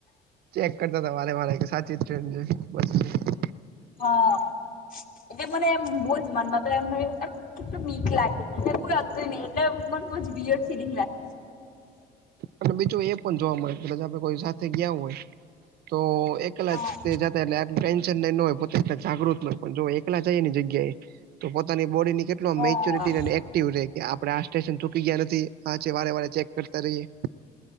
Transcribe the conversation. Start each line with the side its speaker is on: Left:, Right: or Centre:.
Right: ચેક કરતા હતા વારે વારે કે સાચી જ ટ્રેન છે બસ છે.
Left: હ, એટલે મને એમ બોજ મનમાં એમ. બીક લાગે ને કોઈ હતું નહી એટલે મન બોજ બિઅર્ડ ફિલિંગ લાગે.
Right: અને બીજું એ પણ જોવા મળે આપે કોઈ સાથે ગયા હોય, તો એકલા
Left: હા
Right: જ તે જા એટલે આ ટેન્શન નો હોય પોતે તો જાગૃત હોય પણ જો એકલા જઈએ ને જગ્યાએ. તો પોતાની બોડી ની કેટ એટલો
Left: હા
Right: મેચ્યોરિટી એક્ટિવ રેય કે આપડે આ સ્ટેશન ચૂકી ગયા નથી આછે વારે વારે ચેક કરતા રહીએ.